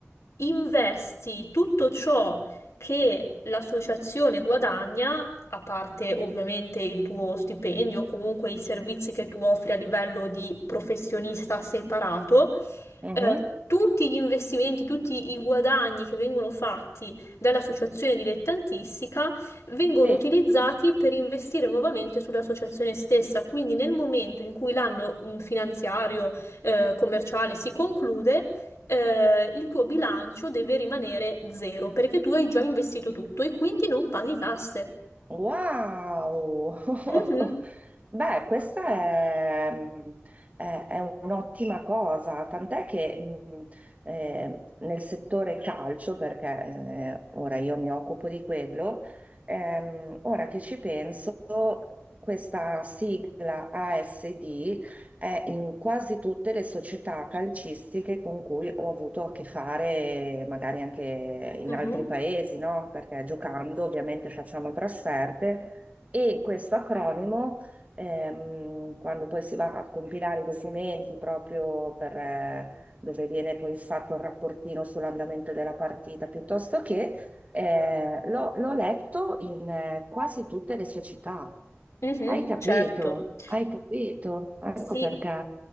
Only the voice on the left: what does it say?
investi tutto ciò che l'associazione guadagna, a parte ovviamente il tuo stipendio o comunque i servizi che tu offri a livello di professionista separato,
eh, tutti gli investimenti, tutti i guadagni che vengono fatti dall'associazione dilettantistica vengono
utilizzati per investire nuovamente sull'associazione stessa. Quindi nel momento in cui l'anno mh, finanziario eh, commerciale si conclude, eh, il tuo bilancio deve rimanere zero perché tu hai già investito tutto e quindi non paghi tasse.
Mhm,
mhm,
mhm,
certo.
Sì.